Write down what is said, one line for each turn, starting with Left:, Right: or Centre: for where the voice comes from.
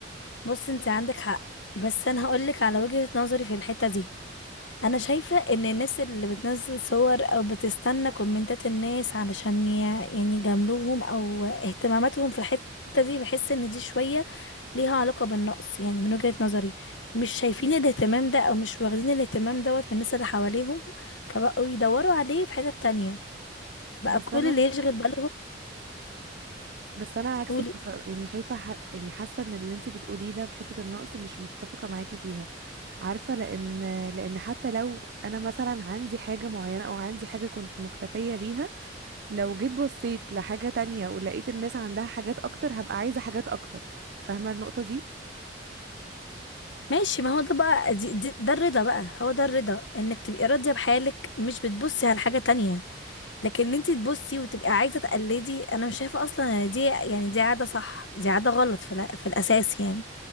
Left: بص انت عندك حق بس انا هقولك على وجهة نظري في الحتة دي انا شايفة ان الناس اللي بتنزل صور او بتستنى كومنتات الناس علشان ي- يعني يجاملوهم او اهتماماتهم في الحتة دي بحس ان دي شوية ليها علاقة بالنقص يعني من وجهة نظري مش شايفين الاهتمام ده او مش واخدين الاهتمام دوت من الناس اللي حواليهم فبقوا يدوروا عليه في حتة تانية بقى
Right: بس
Left: كل
Right: انا
Left: اللي يشغل بالهم
Right: بس انا عكسك
Left: قولي
Right: في صر... يعني شايفه ح... يعني حاسه ان اللي انت بتقوليه ده في حته النقص مش متفقه معاكي فيها عارفه لان لان حتى لو انا مثلا عندي حاجه معينه او عندي حاجه كنت مكتفيه بيها لو جيت بصيت لحاجه تانية ولقيت الناس عندها حاجات اكتر هبقى عايزه حاجات اكتر فاهمه النقطه دي
Left: ماشي ما هو ده بقى دي دي ده الرضا بقى هو ده الرضا انك تبقي راضية بحالك مش بتبصي على حاجة تانية لكن انت تبصي وتبقي عايزة تقلدي انا مش شايفة اصلا ان دي يعني دي عادة صح دي عادة غلط في, الع- في الاساس يعني